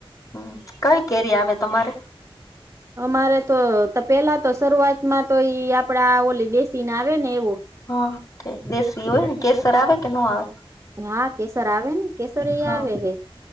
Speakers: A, on the left (about 35°); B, on the right (about 30°).
A: હમ કઈ કેરી આવે તમારે?
B: અમારે તો પેલા તો શરૂઆતમાં તો ઈ આપડાે ઓલી દે ચી નાવે એવું
A: હઠે દેશી હોયને કેસર આવે કે ન આવે
B: હા કેસર આવે ને કેસર એ
A: હા
B: આવે હે